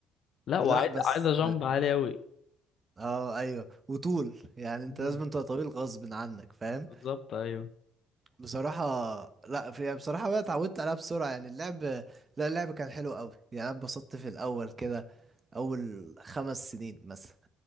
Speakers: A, on the left; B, on the right.
A: لا وعايز
B: لا بس
A: عايزة جامب عالي اوي
B: اه ايوه وطول يعني
A: مم.
B: انت لازم تبقى طويل غصب عنك فاهم
A: بالظبط ايوه
B: بصراحة لا في يعني بصراحة بقى اتعودت عليها بسرعة يعني اللعب لا اللعب كان حلو قوي يعني انا اتبسطت في الاول كده اول خمس سنين مثلا